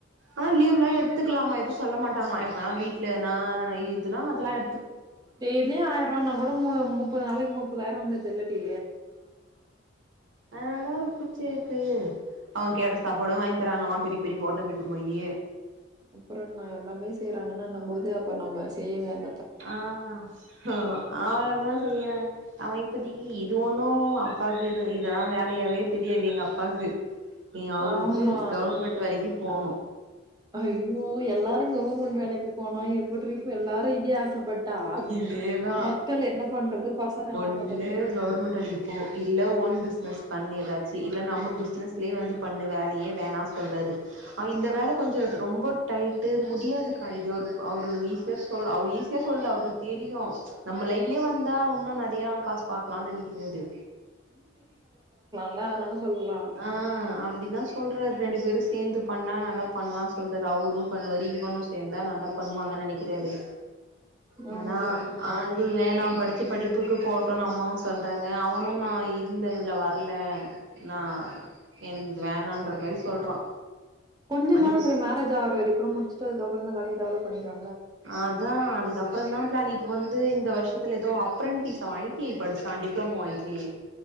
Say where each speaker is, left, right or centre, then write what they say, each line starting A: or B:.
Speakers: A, on the right; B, on the right.
A: ஆனா லீவ்ல்லா எடுத்துக்கலாமா எது ஸ் சொல்ல மாட்டாங்களா எப்பனா வீடல எனா இதெல்லா அதெல்லா எ
B: டெய்லியு ஆயிர ரபானா கூட மு முப்பது நாளைக்கு முப்பதாயிர வந்துர்தில்லடி
A: அ லாரு பூச்சி இருக்கு அவன் கேட் சாப்பாடு வாங்கி தராங்கலா பெரிய பெரிய ஹோட்டல் இட்டு போயி
B: அப்புற என்ன எல்லாமே செய்யறாங்கன்னும் போது அப்ப நம்ப செய்யவே அ
A: ஆ ஆ அவள தா செய்யற அவன் இப்பதிக்கி இது ஒண்ணு அப்பாக்கு இது இதெல்லா வேலையாவே தெரியாது எங்க அப்பாக்கு நீ அவருக்கு
B: ஆமா
A: கவர்மெண்ட் வேலைக்கி போனு
B: ஹய்யோ எல்லாரு கவுர்மெண்ட் வேலைக்கு போனா எப்டிரி எல்லாரும இதயே ஆசப்பட்டா
A: இதேதா
B: மக்கள் என்ன பண்றது பசங்க என்ன
A: ன்னு
B: பண்றது
A: கவர்மெண்ட் வேலைக்கு போ இல்ல ஒ ன் பிசினஸ் பண்ணி ஏதாச்சு இல்ல நம்ம பிசினஸ்லயே வந்து பண்ண வேலையே வேணா சொல்றாரு அ இந்த வேல கொஞ்ச ரொம்ப டைட்டு முடியாது கா இ <unintelligible> அவரு அவரு ஈசியா சொல் அவர் ஈசியா சொல்ல அவருக்கு தெரியு நம்ம லைப் துலையே வந்தா இன்னு நிறைய காசு பாக்கலானு நினக்கிது இது
B: ன அதனால சொல்லலா
A: ஆ அப்டிதா சொல்றாரு ரெண்டு பேரும் சேந்து பண்ணா நல்லா பண்ணலா சொல்றாரு அவரு பண்ணுவாரு இவனும் சேந்தா நல்லாப் பண்வாங்க நினைக்கிறாரு
B: ம்
A: ஆனா
B: ம் ம்
A: அது வேணா படி த்தி படிப்புக்கு போட்டுன்னு அம்மாவு சொல்றாங்க அவனு நான் இல்ல இதுல வரல நா எனக்கு இது வேணான்ற மாரி சொல்றா
B: கொஞ்ச
A: வண்டிப்
B: நாள் ட்ரி மேரேஜ் ஆகுற வரை கூட முடிச்சுடு அதுக்கப்ற இந்த கடைய டெவலப் பண்ணிக்லா
A: அதா அதுக்கப்புற தா பிளான் இப்ப வந்து இந்த வருஷத்துல ஏதோ அப்றன்டீஸ் அவ ஆயிட் டிஐ படுச்சா டிப்ளமோ ஐடிஐ